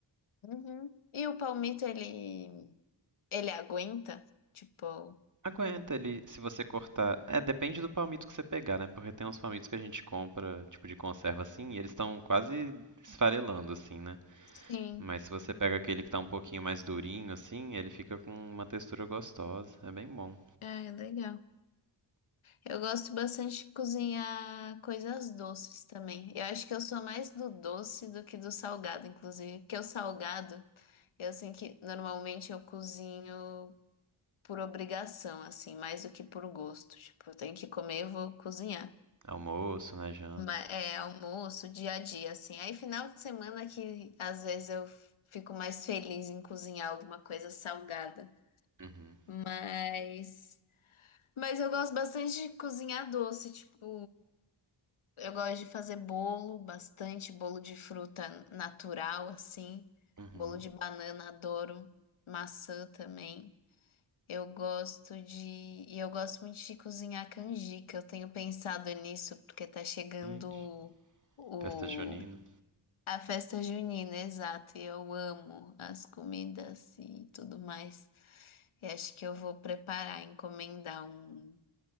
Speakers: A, on the left; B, on the right.
A: Uhum. E o palmito, ele, ele aguenta? Tipo,
B: Aguenta ele, se você cortar. É, depende do palmito que você pegar, né? Porque tem uns palmitos que a gente compra, tipo de conserva assim, e eles estão quase esfarelando assim, né?
A: sim.
B: Mas se você pega aquele que tá um pouquinho mais durinho assim, ele fica com uma textura gostosa. É bem bom.
A: É, legal. Eu gosto bastante de cozinhar coisas doces também. Eu acho que eu sou mais do doce do que do salgado, inclusive. Porque o salgado, eu sei que normalmente eu cozinho por obrigação, assim, mais do que por gosto. Tipo, eu tenho que comer, eu vou cozinhar.
B: Almoço, na janta.
A: Mas é almoço, dia a dia, assim. Aí final de semana que às vezes eu fico mais feliz em cozinhar alguma coisa salgada.
B: Uhum.
A: Mas. Mas eu gosto bastante de cozinhar doce, tipo. Eu gosto de fazer bolo, bastante bolo de fruta natural, assim.
B: Uhum.
A: Bolo de banana, adoro. Maçã também. Eu gosto de. E eu gosto muito de cozinhar canjica. Eu tenho pensado nisso, porque tá chegando
B: Gente,
A: o...
B: festa junina.
A: a festa junina, exato. E eu amo as comidas e tudo mais. E acho que eu vou preparar, encomendar um,